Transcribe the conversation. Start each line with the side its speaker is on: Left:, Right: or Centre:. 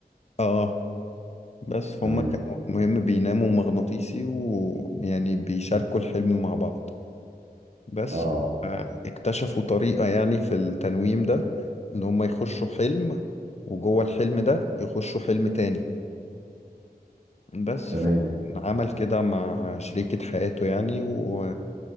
Left: آه بس فهم
Right: تمام
Left: كانوا مهم بيناموا مغناطيسي ويعني بيشاركوا الحلم مع بعض بس
Right: اه
Left: آه، اكتشفوا طريقة يعني في التنويم ده إن هما يخشوا حلم وجوه الحلم ده يخشوا حلم تاني بس
Right: تمام
Left: فعمل كده مع شريكة حياته يعني و...